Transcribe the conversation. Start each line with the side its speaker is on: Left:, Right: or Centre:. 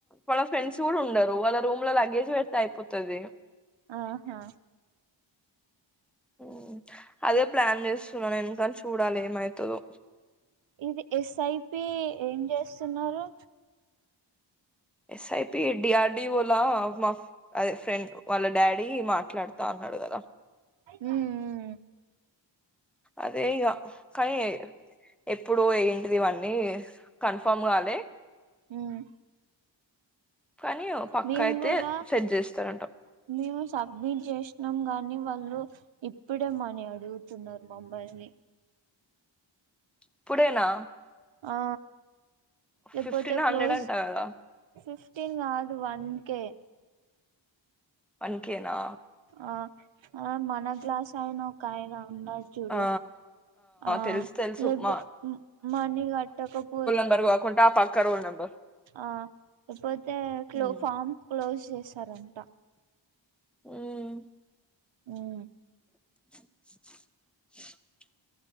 Centre: వాళ్న ఫ్రెండ్స్ కూడా ఉన్ ఉండరు వాళ్ళ రూమ్ లో లగేజ్ పెడితే అయిపోతది.
Right: ఆహా
Centre: ఉమ్ అదే ప్లాన్ జేస్తున్నా నేను గాని చూడాలి ఏమైతదో
Right: ఇది ఎస్ఐపి ఏం జేస్తున్నరు
Centre: ఎస్ఐపి డిఆర్డీ ఓలు లా మా అదే ఫ్రెండ్ వాళ్ళ డాడీ మాట్లాడతా ఉన్నాడు గదా
Right: ఉమ్ ఉమ్
Centre: అదే ఇగ కానీ ఎప్పుడో ఏంటిది ఇవన్నీ కన్ఫామ్ గాలే
Right: ఉమ్
Centre: కాని ఒక పక్కా
Right: మేము
Centre: అయితే
Right: కూడా
Centre: సెట్ జేస్తారంటాం
Right: మేము సబ్మిట్ జేసినాం గానీ వాళ్ళు ఇప్పుడేమనీ అడుగుతున్నారు మమ్ముల్ని
Centre: ఇప్పుడేనా
Right: ఆ లేకపోతే
Centre: ఫిఫ్టీన్ హండ్రెడ్
Right: క్లోజ్
Centre: అంట కదా
Right: ఫిఫ్టీన్ గాదు వన్ కే
Centre: వన్ కే నా
Right: ఆ ఆ మనక్లాస్ ఆయన ఒకాయనా ఉన్నాడు చూడు
Centre: ఆ
Right: ఆ
Centre: తెలుసు తెలుసు
Right: లేపు
Centre: మా
Right: మనీ కట్టకపో
Centre: <unintelligible> గాకుంట ఆ పక్క రూల్ నెంబర్
Right: ఆ ఇప్పుడైతే క్లో
Centre: ఉమ్,
Right: ఫామ్ క్లోజ్ జేసారంట
Centre: ఉమ్
Right: ఉమ్
Centre: <inaudible>